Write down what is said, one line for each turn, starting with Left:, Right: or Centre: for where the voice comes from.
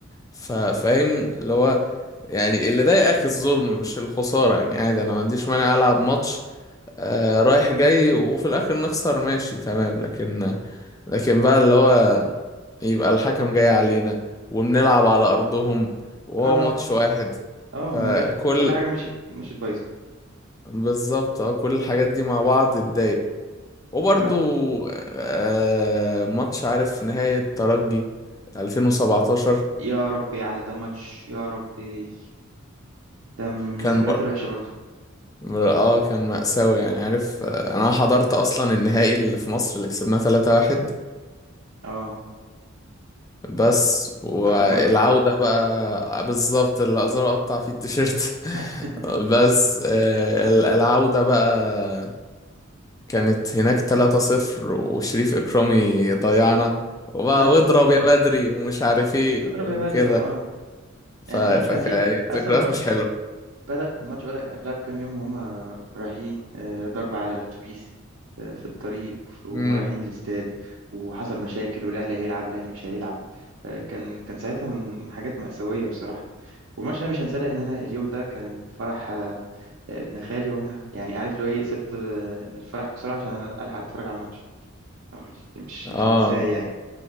Left: ف- فاهم اللي هو يعني اللي ضايقك الظلم مش الخسارة يعني عادي انا ما عنديش مانع العب ماتش آه رايح جاي وفي الاخر نخسر ماشي تمام لكن لكن بقى اللي هو يبقى الحكم جاي علينا وبنلعب على أرضهم وهو
Right: على
Left: ماتش واحد
Right: اه
Left: فكل
Right: من غير ك- كل حاجة مشيت مشيت بايظة
Left: بالظبط اه كل الحاجات دي مع بعض اتضايق وبرضو
Right: عملت
Left: آه ماتش عارف نهاية ترجي 2017
Right: يا ربي على ده ماتش يا ربي ده من, من
Left: كان
Right: الذكريات الوحشه برضو
Left: بر- اه كان مأساوي يعني عارف آه، انا حضرت اصلا النهائي اللي في مصر اللي كسبناه 3-1
Right: اه
Left: بس والعودة
Right: بتاع ازارو
Left: بقى بالظبط اللي أقدر أقطع فيه التيشيرت
Right: <laughs>
Left: <laughs> بس آه، ال- العودة بقى كانت هناك 3-0 وشريف إكرامي ضيعنا وبقى
Right: انا
Left: واضرب يا بدري ومش عارف ايه
Right: اضرب
Left: وكده
Right: يا بدر اه
Left: ف...
Right: يعني
Left: فكانت
Right: الماتش كان فيه اصلا
Left: ذكريات
Right: الماتش
Left: مش حلوة
Right: بدأ الماتش بدأ قبلها بكام يوم هم رايحين آه، ضرب على الاتوبيس آه، في الطريق وف- وهم
Left: امم
Right: رايحين الاستاد وحصل مشاكل والاهلي هيلعب الاهلي مش هيلعب آه، كان كان ساعتها من حاجات مأساوية بصراحة والماتش ده مش هنساه لان انا اليوم ده كان فرح آه، آه، ابن خالي وانا يعني عارف اللي هو ايه سبت آه، الفرح بسرعة عشان انا الحق اتفرج على الماتش أنا مش مش مش
Left: اه
Right: هنساه يعني